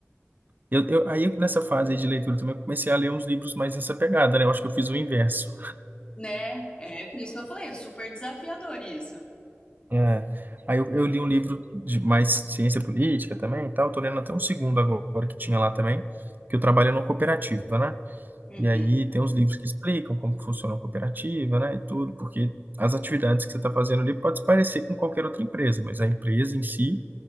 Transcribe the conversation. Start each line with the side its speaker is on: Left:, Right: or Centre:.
Right: Eu, eu, aí nessa fase aí de leitura também eu comecei a ler uns livros mais nessa pegada, né? Eu acho que eu fiz o inverso.
Left: Né? É por isso que eu falei, é super desafiador isso.
Right: É. Aí eu, eu li um livro de mais ciência política também e tal. Tô lendo até um segundo agora que tinha lá também, que eu trabalho numa cooperativa, né?
Left: Uhum,
Right: E aí tem uns livros que explicam como que funciona a cooperativa, né? E tudo, porque as atividades que você está fazendo ali pode se parecer com qualquer outra empresa, mas a empresa em si,